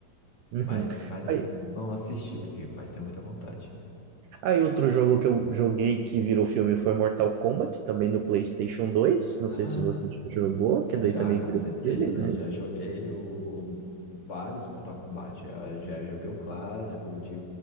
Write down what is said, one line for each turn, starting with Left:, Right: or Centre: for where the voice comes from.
Right: Uhum.
Left: Mas, mas assim,
Right: Aí,
Left: não assisti o filme, mas tenho muita vontade.
Right: aí outro jogo que eu joguei que virou filme foi Mortal Kombat, também no PlayStation dois Não
Left: Ah,
Right: sei se você já jogou, que
Left: Já,
Right: daí também
Left: com
Right: virou
Left: certeza,
Right: filme, né?
Left: já joguei o... vários Mortal Kombat. Já, já joguei o clássico, o, de...